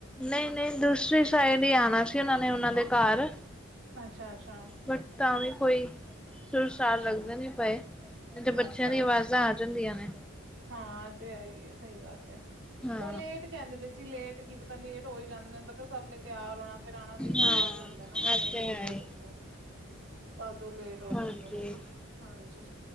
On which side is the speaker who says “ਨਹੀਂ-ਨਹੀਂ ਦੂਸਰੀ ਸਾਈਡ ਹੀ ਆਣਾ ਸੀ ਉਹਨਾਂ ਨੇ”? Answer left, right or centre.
Centre